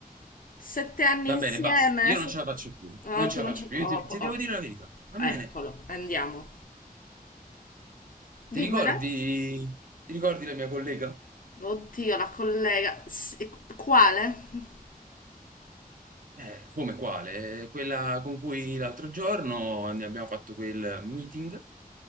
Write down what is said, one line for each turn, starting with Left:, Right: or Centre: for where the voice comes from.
Left: Sette anni
Right: Va
Left: insieme.
Right: bene, basta. Io
Left: se-
Right: non ce la faccio più,
Left: Ah,
Right: non
Left: tu
Right: ce la
Left: non
Right: faccio
Left: c'è.
Right: più.
Left: Oh,
Right: Io ti,
Left: po-
Right: ti
Left: oh.
Right: devo dire la verità. Va
Left: Eccolo,
Right: bene.
Left: andiamo.
Right: Ti
Left: Dimmela.
Right: ricordi, ti ricordi la mia collega?
Left: Oddio, la collega. S- quale?
Right: Eh, come quale? Eh, Quella con cui l'altro giorno ne abbiamo fatto quel meeting,